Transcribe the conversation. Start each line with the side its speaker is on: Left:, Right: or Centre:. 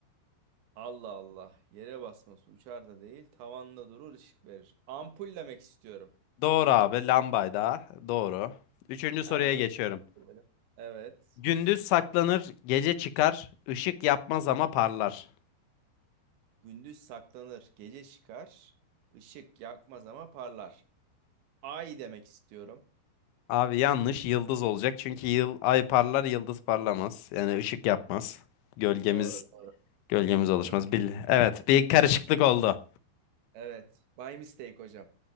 Right: Allah Allah. Yere basması uçar da değil, tavanda durur ışık verir. Ampul demek istiyorum.
Left: Doğru abi, lambayda. Doğru. Üçüncü soruya
Right: En basit.
Left: geçiyorum.
Right: Evet.
Left: Gündüz saklanır, gece çıkar, ışık yapmaz ama parlar.
Right: Gündüz saklanır, gece çıkar. Işık yakmaz ama parlar. Ay demek istiyorum.
Left: Abi yanlış, yıldız olacak. Çünkü yıl, ay parlar, yıldız parlamaz. Yani ışık yapmaz. Gölgemiz
Right: Doğru doğru.
Left: Gölgemiz
Right: Bunu
Left: alışmaz.
Right: bunu
Left: Bil evet bir karışıklık oldu.
Right: evet. By mistake hocam.